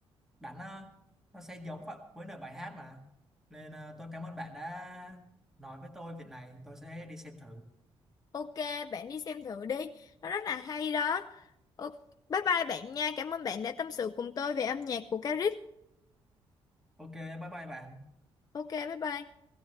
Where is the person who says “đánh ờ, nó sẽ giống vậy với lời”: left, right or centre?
Centre